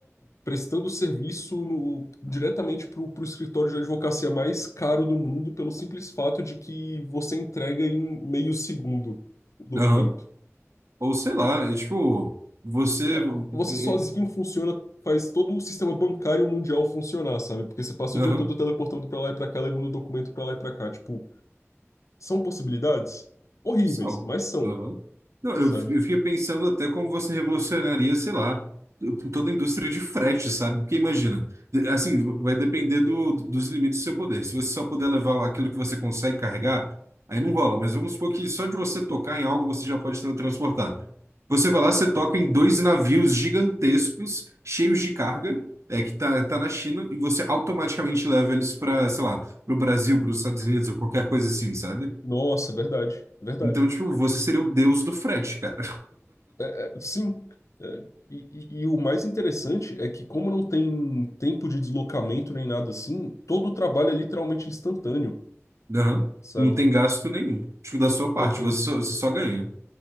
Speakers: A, on the left; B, on the right.
A: prestando serviço no, diretamente pro, pro escritório de advocacia mais caro do mundo pelo simples fato de que você entrega em meio segundo o documento.
B: Aham. Ou sei lá, é tipo, você.
A: Cara, você
B: eh,
A: sozinho
B: eh,
A: funciona, faz todo o sistema bancário mundial funcionar, sabe? Porque você passa
B: Aham.
A: o dia todo teleportando pra lá e pra cá, levando documento pra lá e pra cá. Tipo, são possibilidades horríveis,
B: São.
A: mas são,
B: Aham. Não, eu,
A: sabe?
B: eu fiquei pensando até como você revolucionaria, sei lá, toda a indústria de frete, sabe? Porque imagina, assim, vai depender do, dos limites do seu poder. Se você só puder levar aquilo que você consegue carregar, aí não rola. Mas vamos supor que só de você tocar em algo você já pode transportar. Você vai lá, você toca em dois navios gigantescos, cheios de carga, é, que tá, tá na China, e você automaticamente leva eles para, sei lá, para o Brasil, para os Estados Unidos ou qualquer coisa assim, sabe?
A: Nossa, verdade, verdade.
B: Então, tipo, você seria o deus do frete, cara.
A: É, sim. É, e, e- e o mais interessante é que, como não tem tempo de deslocamento nem nada assim, todo o trabalho é literalmente instantâneo,
B: <laughs> Aham.
A: sabe?
B: Não tem gasto nenhum. Tipo, da sua parte,
A: Não tem.
B: você só, você só ganha.